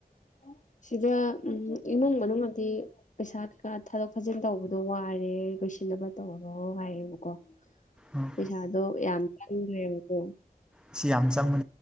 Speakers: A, on the left; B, in the centre.
A: ꯑ ꯁꯤꯗ ꯎꯝ ꯏꯃꯨꯡ ꯃꯅꯨꯡꯗꯤ ꯄꯩꯁꯥ ꯀꯩꯀꯥ ꯊꯥꯗꯣꯛ ꯊꯥꯖꯤꯟ ꯇꯧꯕꯗꯣ ꯋꯥꯔꯦ ꯁꯤꯟꯅꯕ ꯇꯧꯔꯣ ꯍꯥꯏꯌꯦꯕꯀꯣ
B: ꯎꯝ
A: ꯄꯩꯁꯥꯗꯣ ꯌꯥꯝ ꯆꯪꯈ꯭ꯔꯦꯕꯀꯣ
B: ꯁꯤ ꯌꯥꯝ ꯆꯪ ꯃ